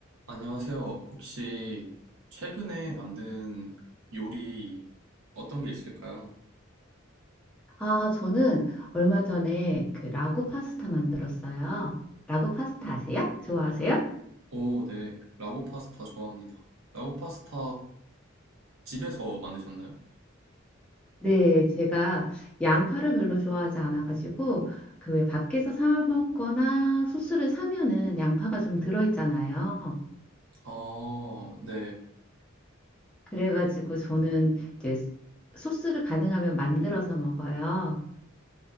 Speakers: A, on the right; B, in the centre.
A: 안녕하세요. 혹시 최근에 만든 요리 어떤 게 있을까요?
B: 아, 저는 얼마 전에 그 라구 파스타 만들었어요. 라구 파스타 아세요? 좋아하세요?
A: 오, 네. 라구 파스타 좋아합니다. 라구 파스타 집에서 만드셨나요?
B: 네, 제가 양파를 별로 좋아하지 않아가지고 그 왜 밖에서 사 먹거나 소스를 사면은 양파가 좀 들어있잖아요.
A: 아, 네.
B: 그래가지고 저는 이제 소스를 가능하면 만들어서 먹어요.